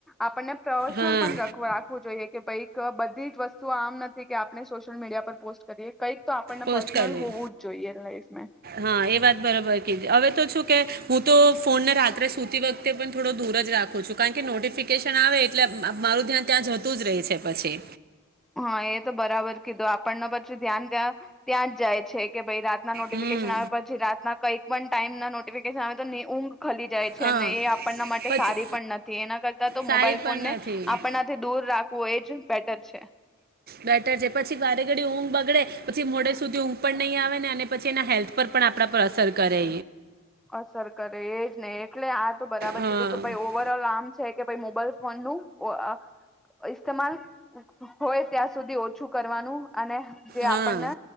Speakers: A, in the centre; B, on the right (about 45°).
A: આપણને પ્રસનલ
B: હા
A: પણ રાખવું જોઈએ કે ભઈક બધી જ વસ્તુ આમ નથી કે આપને સોશિયલ મીડિયા પર પોસ્ટ કરીએ કઈક તો આપણને
B: પોસ્ટ
A: પર્સનલ
B: કરવી
A: હોવું જ જોઈએ લાઈફમેં
B: હા એ વાત બરાબર હવે તો છુ કે હું તો ફોનને રાત્રે સુતી વખતે પણ થોડો દૂર જ રાખું છું કારણ કે નોટિફિકેશન આવે એટલે મ મારું ધ્યાન ત્યાં જતું જ રહી છે પછી
A: હા એ તો બરાબર કીધું આપણને પછું ધ્યાન ત્યાં ત્યાં જ જાય છે કે ભાઈ રાતના નોટિફિકેશન
B: હમ
A: આવ પછી રાતના કઈ વન ટાઈમ ના નોટિફિકેશન આવે તો ઊં ખલી જાય છે
B: હા
A: ને એ આપણના
B: પછી
A: માટે સારી પણ નથી એના કરતા તો
B: સારી
A: મોબાઈલ
B: પણ
A: ફોન ને
B: નથી
A: આપણનાથી દૂર રાખવું એ જ બેટર છે
B: બેટર છે પછી વારે ઘડી ઊંઘ બગડે પછી મોડે સુધી ઊંઘ પણ નહીં આવે ને અને પછી એના હેલ્થ પર પણ આપણા પર અસર કરે
A: અસર કરે એજ નહી એટલે આ તો બરાબર
B: હા
A: કીધું કે ભાઈ ઓવર ઓલ આમ છે કે ભાઈ મોબાઈલ ફોન નું અ આ ઇસ્માલ હો હોય ત્યાં સુધી ઓછું કરવાનું અને જે
B: હા
A: આપણને